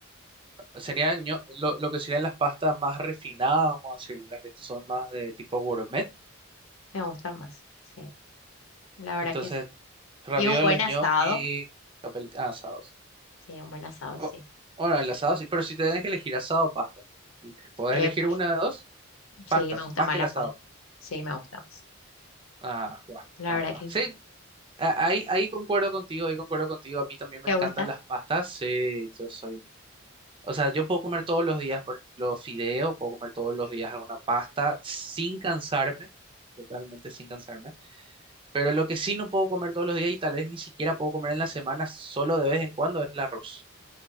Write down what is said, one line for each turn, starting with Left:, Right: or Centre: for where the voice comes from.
Right: sería ño- lo, lo que serían las pastas más refinadas, vamos a decir, las que son más de tipo gourmet.
Left: Me gusta más, sí, la verdad
Right: Entonces,
Left: que sí.
Right: ravioles,
Left: Y un buen asado,
Right: gnocchi, capel- ah, asados.
Left: sí, un buen asado,
Right: O-
Left: sí.
Right: Bueno, el asado sí, pero si tenés que elegir asado o pasta, el- podés
Left: Eh,
Right: elegir
Left: pastas,
Right: una de dos
Left: sí,
Right: pastas,
Left: me gusta
Right: más
Left: más
Right: que
Left: la
Right: el asado.
Left: pasta, sí, me gusta más,
Right: Ah, guau,
Left: la
Right: ah,
Left: verdad
Right: guau.
Left: que
Right: Sí,
Left: sí.
Right: A- Ahí, ahí concuerdo contigo, ahí concuerdo contigo. A mí también me
Left: ¿Te
Right: encantan
Left: gusta?
Right: las pastas. Sí, yo soy. O sea, yo puedo comer todos los días, por ejemplo, fideo, puedo comer todos los días alguna pasta sin cansarme, totalmente sin cansarme. Pero lo que sí no puedo comer todos los días y tal vez ni siquiera puedo comer en la semana, solo de vez en cuando, es el arroz.